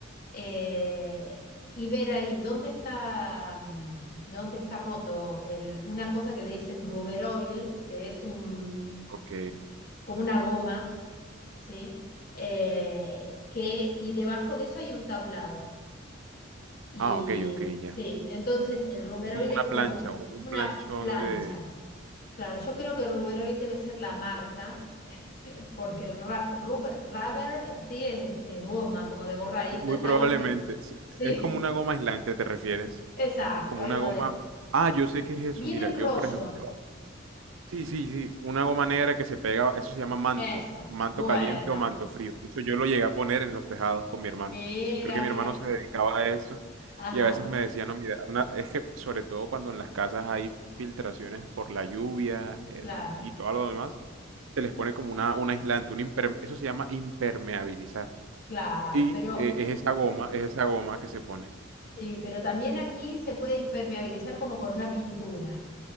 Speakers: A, on the left (about 50°); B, on the right (about 85°).
A: eh, y ver ahí dónde está, mm, dónde está roto el, una cosa que le dicen rubber oil, que es un,
B: Ok.
A: como una goma, ¿sí? Eh, que, y debajo de eso hay un tablado. Y
B: Ah, ok, ok, ya.
A: sí, entonces el Ruberoil
B: Como una
A: es
B: plancha
A: como
B: o un
A: una
B: planchón
A: plancha.
B: de...
A: Claro, yo creo que Ruberoil debe ser la marca, porque ra- rub- rubber así es, es goma, como de borrar. Y
B: no,
A: esto
B: Muy
A: es
B: probablemente.
A: algo que,
B: Es
A: sí,
B: es como una goma aislante, ¿te refieres?
A: <laughs> exacto,
B: Como
A: algo
B: una goma.
A: de eso.
B: Ah, yo sé qué es eso.
A: Viene
B: Mira,
A: en
B: yo
A: rollo,
B: por ejemplo. Sí, sí, sí. Una goma negra que se pega. Eso se llama manto.
A: eso.
B: Manto
A: Bueno,
B: caliente o manto frío. De hecho, yo lo llegué a poner en los tejados con mi hermano.
A: mira,
B: Creo que mi
A: mira.
B: hermano se dedicaba a eso.
A: Ajá,
B: Y a veces me decía, no, mira, una- es que sobre todo cuando en las casas hay filtraciones por la lluvia el-
A: claro,
B: y todo lo demás, se les pone como una, un aislante. Un imper- Eso se llama impermeabilizar.
A: claro.
B: Y
A: Pero
B: eh, es esa goma, es esa goma que se pone.
A: sí, pero también aquí se puede impermeabilizar como con una pintura.